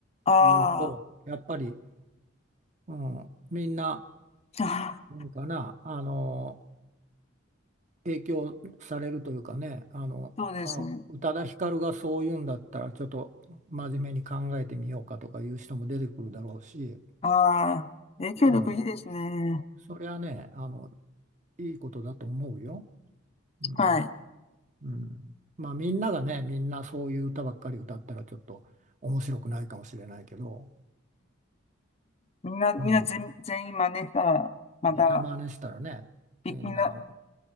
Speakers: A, on the left; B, on the right.
A: あ
B: 言うとやっぱり、うん、みんな、
A: ーあ
B: なんかなあの影響されるというかねあのあ宇多田ヒカルがそう言うんだったらちょっと真面目に考えてみようかとかいう人も出てくるだろうし、
A: ー、<laughs> そうですね。ああ、影響力いいですね。
B: うん、それはねあのいいことだと思うよ。うん
A: はい。
B: うん、まあみんながねみんなそういう歌ばっかり歌ったらちょっと面白くないかもしれないけど。
A: みんな、みんな全、
B: うん
A: 全員真似したら、また、
B: みんな真似したらね、
A: び、
B: みんな、
A: みんな